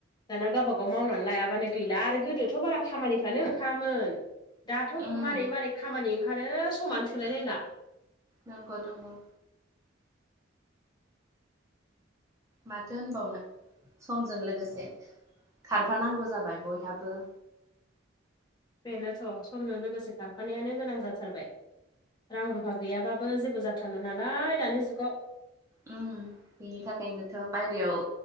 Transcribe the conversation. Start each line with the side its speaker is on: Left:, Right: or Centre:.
Left: दाना गावबाागाव मावनानै लायाबानो गैला आरो गोदोथ' बारा खामानिफ्रानो ओंखारामोन दाथ'
Right: उम
Left: मारै मारै खामानि ओंखारो समानो थोलायलायला
Right: नंगौ नंगौ। माथो होनबावनो समजों लोगोसे खारफानांगौ जाबाय बयहाबो।
Left: बेनोथ' समजों लोगोसे खारफानायानो गोनां जाथारबाय। रां रुफा गैयाबाबो जेबो जाथारला नालाय दानि जुगाव
Right: बेनि थाखायनोथ' बाहेरायाव